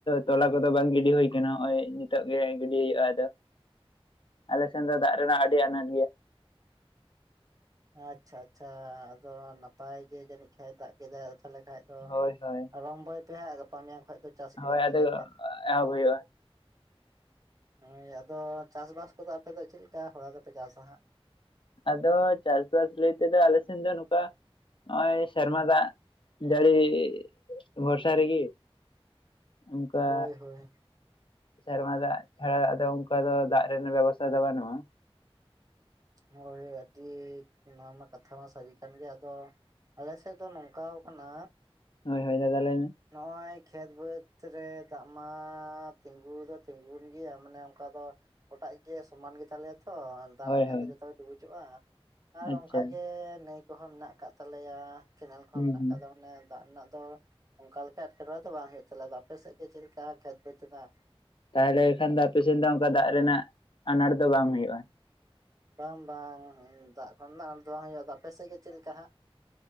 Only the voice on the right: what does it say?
ᱟᱪᱪᱷᱟ ᱟᱪᱪᱷᱟ ᱟᱫᱚ ᱱᱟᱯᱟᱭ ᱜᱮ ᱡᱟᱹᱱᱤᱡ ᱠᱷᱟᱱ ᱫᱟᱜ ᱠᱮᱫᱟᱭ ᱟᱫᱚ ᱛᱟᱦᱚᱞᱮ ᱵᱟᱠᱷᱟᱡ ᱫᱚ
ᱟᱨᱚᱢᱵᱚᱭ ᱯᱮ ᱦᱟᱸᱜ ᱜᱟᱯᱟ ᱢᱮᱭᱟᱝ ᱠᱷᱚᱡ ᱫᱚ ᱪᱟᱥ ᱵᱟᱹᱫᱽ
ᱨᱮ
ᱦᱳᱭ ᱟᱫᱚ ᱪᱟᱥ-ᱵᱟᱥ ᱠᱚᱫᱚ ᱟᱯᱮ ᱫᱚ ᱪᱮᱫ ᱞᱮᱠᱟ ᱦᱚᱨᱟ ᱫᱚᱯᱮ ᱪᱟᱥ-ᱟ ᱦᱟᱸᱜ
ᱦᱳᱭ ᱦᱳᱭ
ᱦᱳᱭ ᱦᱳᱭ ᱟᱹᱰᱤ ᱱᱚᱣᱟ ᱢᱟ ᱠᱟᱛᱷᱟ ᱢᱟ ᱥᱟᱹᱨᱤ ᱠᱟᱱ ᱜᱮ ᱟᱫᱚ ᱟᱞᱮ ᱥᱮᱫ ᱫᱚ ᱱᱚᱝᱠᱟᱣ ᱠᱟᱱᱟ
ᱱᱚᱜᱼᱚᱭ ᱠᱷᱮᱛ ᱵᱟᱹᱫᱽ ᱨᱮ ᱫᱟᱜ ᱢᱟ ᱛᱤᱸᱜᱩ ᱫᱚ ᱛᱤᱸᱜᱩᱱ ᱜᱮᱭᱟ ᱢᱟᱱᱮ ᱚᱱᱠᱟ ᱫᱚ ᱜᱚᱴᱟ ᱜᱮ ᱥᱚᱢᱟᱱ ᱜᱮ ᱛᱟᱞᱮᱭᱟ ᱛᱚ ᱫᱟᱜ
ᱞᱮᱠᱷᱟᱡ
ᱫᱚ ᱡᱚᱛᱚ ᱜᱮ ᱰᱩᱵᱩᱡᱚᱜ-ᱟ ᱟᱨ
ᱚᱱᱠᱟᱜᱮ ᱱᱟᱹᱭ ᱠᱚᱦᱚᱸ ᱢᱮᱱᱟᱜ ᱟᱠᱟᱫ ᱛᱟᱞᱮᱭᱟ ᱪᱮᱱᱮᱞ ᱠᱚᱦᱚᱸ
ᱢᱮᱱᱟᱜ
ᱟᱠᱟᱫᱟ ᱢᱟᱱᱮ ᱫᱟᱜ ᱨᱮᱱᱟᱜ ᱫᱚ ᱚᱱᱠᱟ ᱞᱮᱠᱟ ᱮᱴᱠᱮᱴᱚᱬᱮ ᱫᱚ ᱵᱟᱝ ᱦᱩᱭᱩᱜ ᱛᱟᱞᱮᱭᱟ ᱟᱯᱮ ᱥᱮᱫ ᱜᱮ ᱪᱮᱫ ᱞᱮᱠᱟ ᱠᱷᱮᱛ ᱵᱟᱹᱛ ᱨᱮᱱᱟᱜ
ᱵᱟᱝ ᱵᱟᱝ ᱫᱟᱜ ᱠᱚᱨᱮᱱᱟᱜ ᱫᱚ ᱟᱱᱟᱴ ᱫᱚ ᱵᱟᱝ ᱦᱩᱭᱩᱜᱼᱟ ᱟᱫᱚ ᱟᱯᱮ ᱥᱮᱫ ᱜᱮ ᱪᱮᱫ ᱞᱮᱠᱟ ᱦᱟᱸᱜ